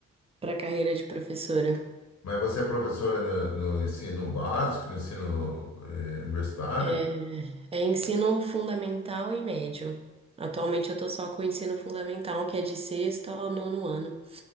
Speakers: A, on the right; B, on the left.
A: pra carreira de professora.
B: mas você é professora no, no ensino básico, no ensino eh, universitário,
A: É, é ensino fundamental e médio. Atualmente eu tô só com o ensino fundamental, que é de sexto ao nono ano.